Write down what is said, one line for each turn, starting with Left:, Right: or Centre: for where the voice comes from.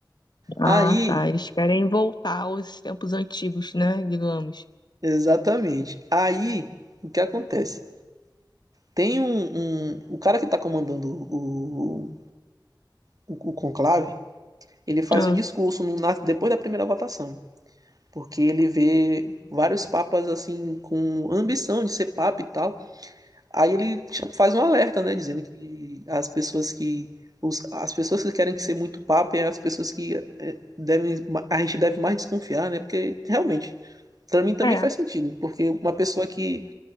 Left: Ah,
Right: Aí,
Left: tá. Eles querem voltar aos tempos antigos, né? Digamos.
Right: exatamente. Aí, o que acontece? Tem um, um o cara que está comandando o, o, o conclave, ele faz
Left: Ah,
Right: um discurso no, na, depois da primeira votação, porque ele vê vários papas assim com ambição de ser papa e tal. Aí ele faz um alerta, né, dizendo que as pessoas que os, as pessoas que querem ser muito papa é as pessoas que é, devem a gente deve mais desconfiar, né? Porque realmente para mim também
Left: É,
Right: faz sentido, porque uma pessoa que